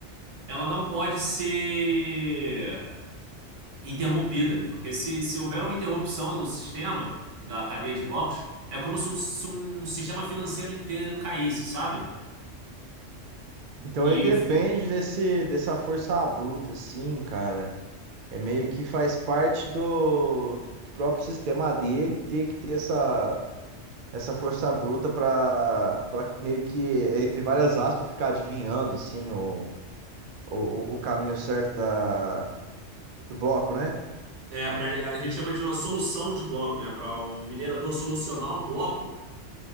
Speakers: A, on the right (about 80°); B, on the right (about 60°).
A: ela não pode ser interrompida, porque se, se houver uma interrupção do sistema, da cadeia de blocos, é como se um, se um sistema financeiro inteiro caísse, sabe?
B: Então
A: E
B: ele depende desse, dessa força bruta, assim, cara. É meio que faz parte do, do próprio sistema dele ter que ter essa, essa força bruta para para meio que, entre várias aspas, ficar adivinhando assim, o, o, o caminho certo da, do bloco, né?
A: é, pra, a gente chama de uma solução de bloco, né? Para um minerador solucionar um bloco,